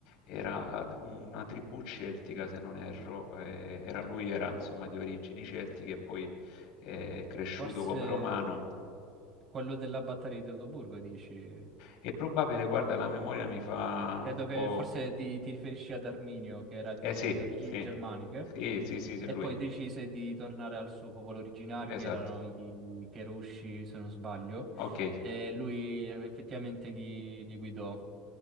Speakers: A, on the left; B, on the right.
A: era una tribù celtica, se non erro, eh, era, lui era insomma di origini celtiche e poi eh, cresciuto
B: Forse
A: come romano.
B: quello della battaglia di Teutoburgo, dici?
A: È probabile, guarda, la memoria mi fa
B: Credo
A: un
B: che
A: po'...
B: forse ti, ti riferisci ad Arminio, che era di
A: Eh sì,
B: origini
A: sì,
B: germaniche.
A: sì, sì, sì, sì,
B: E
A: lui,
B: poi decise di tornare al suo popolo originario,
A: esatto.
B: che erano i Cherusci, se non sbaglio,
A: Ok,
B: e lui effettivamente li, li guidò.